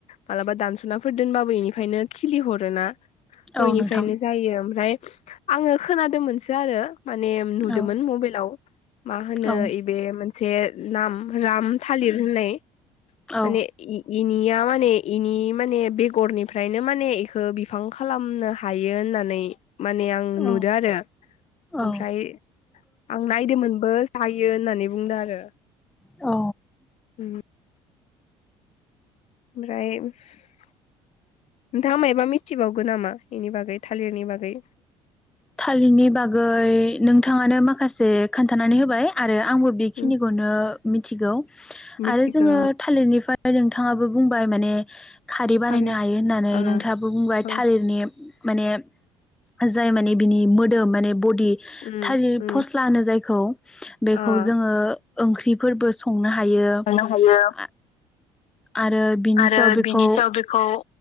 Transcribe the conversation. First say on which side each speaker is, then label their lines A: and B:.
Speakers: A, on the left; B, in the centre.
A: मालाबा दानस'नाफोर दोनबाबो इनिफ्रायनो खिलिहरोना। दयनिफ्रायनो
B: औ नोंथां
A: जायो ओमफ्राय आङो खोनादोंमोनसो आरो। माने नुदोमोन
B: औ
A: मबाइलाव। मा होनो
B: औ
A: इबे मोन। जे नाम राम थालिर होननाय।
B: औ
A: माने इ। इनिया माने इनि माने बेगरनिफ्रायनो माने बेखौ बिफां खालामनो हायो होननानै। माने आं
B: औ
A: नुदों आरो
B: औ
A: ओमफ्राय आं नायदोंमोन। हायो होननानै बुंदों आरो।
B: औ।
A: उम ओमफ्राय नोंथाङा मायबा मिथिबावगो नामा बेनि बागै थालिरनि बागै।
B: थालिरनि बागै नोंथाङानो माखासे खोन्थानानै होबाय आरो। आंबो बेखिनिखौनो
A: उम
B: मि। मिथिगौ।
A: मिथिगौ
B: आरो जोङो थालिरनिफ्राय नोंथाङाबो बुंबाय माने खारै बानायनो
A: आरो
B: हायो होननानै
A: ओ
B: नोंथाङाबो बुंबाय
A: ओ
B: थालिरनि। माने जाय माने। बिनि मोदोम माने बद। दि
A: उम
B: थालिरफस्ला
A: उम
B: होनो जायखौ। बेखौ
A: ओ
B: जोङो। ओंख्रि। फोरबो संनो हायो आ
A: मोननो हायो
B: आरो बिनि
A: आरो
B: सायाव बेखौ।
A: बिनि सायाव बेखौ